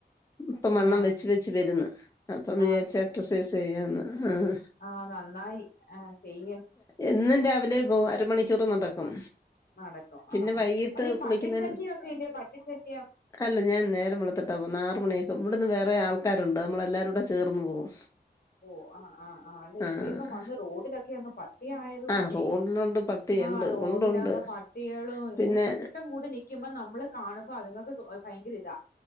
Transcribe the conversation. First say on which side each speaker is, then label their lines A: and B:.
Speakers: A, on the left (about 20°); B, on the left (about 60°).
A: ഇപ്പം വണ്ണം
B: ആ
A: വെച്ച് വെച്ച് വര്ന്ന് അപ്പം
B: ആ
A: വിചാരിച്ച് എക്സസൈസ് ചെയ്യാന്ന് ആഹ്
B: ആഹ് നന്നായി ആഹ് ചെയ്-
A: എന്നും രാവിലെ പോ അരമണിക്കൂറ് നടക്കും
B: നടക്കും
A: പിന്നെ
B: ആഹ് ആഹ്
A: വൈകിട്ട്
B: അത് ഈ
A: കുളിക്കുന്ന
B: പട്ടിശല്ല്യോക്കെ ഇല്ലേ പട്ടിശല്യം
A: അല്ല ഞാൻ നേരം വെളുത്തിട്ടാ പോകുന്ന ആറു മണിയൊക്കെ ഇവിടുന്ന് വേറെ ആൽക്കാരുണ്ട് നമ്മളെല്ലാരുംകൂടെ ചേർന്ന് പോകും
B: ഓഹ് ആഹ് ആഹ് ആഹ് അല്ല
A: ആഹ്
B: ഇപ്പ ഇപ്പൊ വന്ന് റോഡിലൊക്കെ അങ്ങ് പ - ട്ടി ആയത് കൊണ്ടേ
A: ആഹ് റോഡിലുണ്ട് പട്ടിയുണ്ട്
B: ആഹ് റോഡിലങ്ങ്
A: ഉണ്ട് ഉണ്ട്
B: പട്ടികളും ഇങ്ങനെ
A: പിന്നെ
B: കൂ- ട്ടം കൂടി നിക്കുമ്പൊ നമ്മള് കാണുമ്പൊ അതുങ്ങൾക്ക് ഭയങ്കര ഇതാ